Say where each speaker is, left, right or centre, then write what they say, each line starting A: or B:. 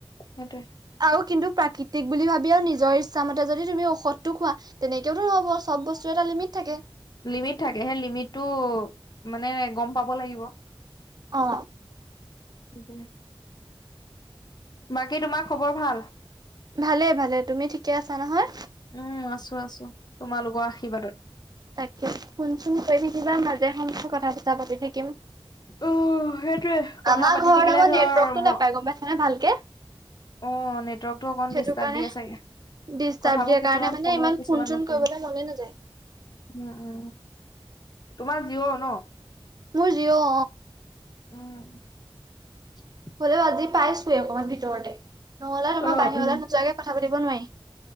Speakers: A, on the left (about 45°); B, on the right (about 45°).
A: সেইটোৱে।
B: আৰু কিন্তু প্ৰাকৃতিক বুলি ভাবিও নিজৰ ইচ্ছামতে যদি তুমি ঔষধটো খোৱা তেনেকেওতো নহ'ব চব বস্তু এটা লিমিট থাকে।
A: লিমিট থাকে, সেই লিমিটটো মানে গম পাব লাগিব।
B: অ
A: নিপিন্ধা বাকী তোমাৰ খবৰ ভাল
B: ভালে ভালে তুমি ঠিকে আছা নহয়
A: উম আছো আছো তোমালোকৰ আশীৰ্বাদত
B: তাকে ফোন চোন কৰি থাকিবা মাজে সময়ে কথা চথা পাতি থাকিম
A: উম সেইটোৱে কথা
B: আমাৰ
A: পাতি
B: ঘৰত
A: থাকিলে
B: আক
A: ধৰ
B: নেটৱৰ্কটো
A: ম
B: নাপায় গম পাইছনে ভালকে
A: অ নেটৱৰ্কটো অকণ
B: সেইটো
A: ডিষ্টাৰ্ব
B: কাৰণে
A: দিয়ে চাগে
B: ডিষ্টাৰ্ব
A: কথাবোৰ
B: দিয়াৰ
A: কিছুমান
B: কাৰণে মানে
A: শুনো
B: ইমান
A: কিছুমান
B: ফোন চোন
A: নুশুনো
B: কৰিবলৈ মনে নাযায়।
A: উম উম তোমাৰ জিঅ ন
B: মোৰ জিৱ অ
A: উম <unintelligible>
B: হলেও আজি পাইছোৱে অকমান ভিতৰতে নহলে তোমাৰ
A: অ
B: বাহিৰলৈ
A: উম
B: নোযোৱাকে কথা পাতিব নোৱাৰি